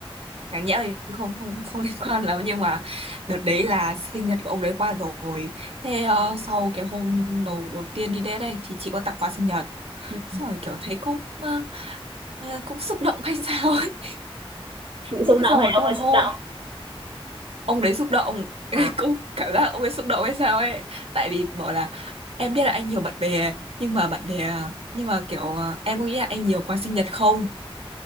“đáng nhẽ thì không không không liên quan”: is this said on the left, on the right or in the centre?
Right